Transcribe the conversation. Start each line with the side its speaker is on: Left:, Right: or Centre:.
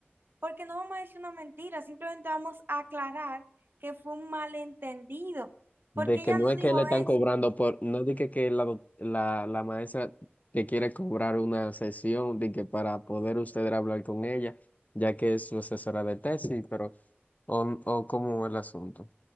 Right: porque no vamos a decir una mentira, simplemente vamos a aclarar que fue un malentendido,
Left: De
Right: porque
Left: que
Right: ella
Left: no
Right: no
Left: es
Right: dijo
Left: que le están
Right: eso.
Left: cobrando por, no dije que, que la, doc- la, la maestra te quiere cobrar una sesión, de que para poder ustedes hablar con ella, ya que es su asesora de tesis, pero, o, o cómo es el asunto.